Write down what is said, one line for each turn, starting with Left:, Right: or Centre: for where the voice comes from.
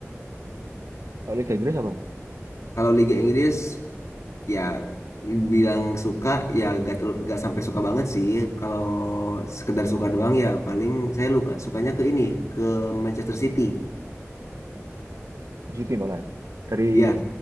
Right: kalau Liga Inggris apa
Left: kalau Liga Inggris ya bilang suka ya gak terlalu gak sampai suka banget sih kalau sekedar suka doang ya paling saya luka sukanya ke ini ke Manchester City
Right: Man City malah dari
Left: ya